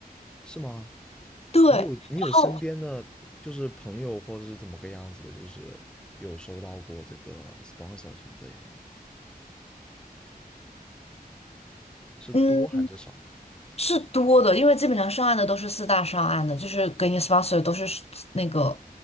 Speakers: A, in the centre; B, on the left.
A: 是吗？
B: 对，
A: 你有你有身边的就是朋友或者是怎么个样子的，
B: 然后
A: 就是有收到过这个 sponsor 什么之类的吗？是多还是少？
B: 嗯是多的，因为基本上上岸的都是四大上岸的，就是给你 sponsor 都是那个